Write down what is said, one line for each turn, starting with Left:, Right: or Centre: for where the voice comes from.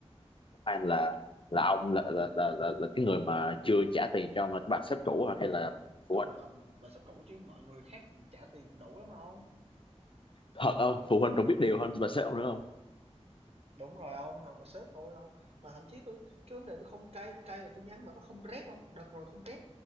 Left: hay là là ông là là, là là là cái người mà chưa trả tiền cho ông là cái bà sếp cũ hả? hay là phụ
Right: Đúng
Left: huynh?
Right: rồi hông? Bà sếp cũ chứ mọi người khác trả tiền đủ lắm hông?
Left: Thật không? Phụ huynh còn biết điều hơn bà sếp ông nữa không?
Right: Đúng rồi ông, hông, bà sếp tôi không, Mà thậm chí tôi cái vấn đề tôi không cay, tôi cay là tôi nhắn mà nó không rep không, đợt rồi không rep.